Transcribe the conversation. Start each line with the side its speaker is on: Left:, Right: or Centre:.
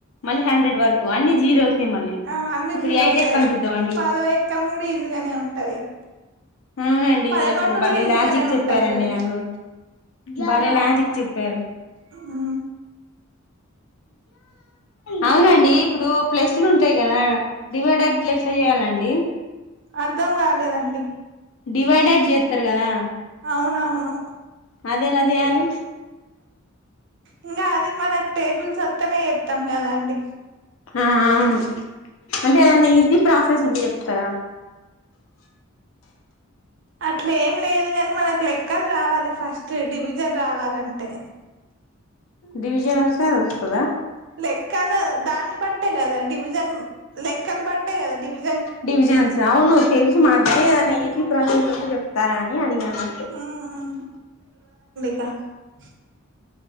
Left: మళ్ళీ హండ్రెడ్ వరకు అన్ని జీరో సే మళ్ళీ
Right: ఆ అన్ని
Left: ఇప్పుడు
Right: జీరోసే
Left: ఎయిట్ ఎక్కం చూద్దాం అండి
Right: పదో ఎక్కం కూడా ఈజీగానే ఉంటది
Left: అవునండి
Right: పదకొండు
Left: అసలు భలే
Right: కూడా ఈజీగానే
Left: లాజిక్ చెప్పారండి
Right: ఉంటది కదా
Left: నాకు బలే లాజిక్ చెప్పారు
Right: ఆ
Left: అవునండి ఇప్పుడు ప్లేస్సులు ఉంటాయి కదా డివైడర్ల ఎట్లా చేయాలండి
Right: అర్ధం కాలేదండి
Left: డివైడడ్ చేతరు కదా
Right: అవునవును
Left: అదెలా చేయాలి
Right: ఇంగ అది మనకి టేబుల్ వస్తేనే చేస్తాం కదండి
Left: ఆ అవును అంటే ఏదన్న ఈజీ ప్రా సెస్ ఉంటే చెప్తారా
Right: అట్ల ఏం లేదు గని మనకు లెక్కలు రావాలి ఫస్ట్ ట్ డివిజన్ రావాలంటే
Left: డివిజన్ వస్తే అది వస్తదా
Right: లెక్కలు దాన్ని బట్టే కదా అండి డివి లెక్కలు బట్టే కదా డివి
Left: డివిజన్స్ అవును తెలుసు మాకుగానీ ఏదైనా ఈజీ ప్రాసెస్ అంట చెప్ తారని అడిగా అంతే
Right: మ్మ్ <unintelligible>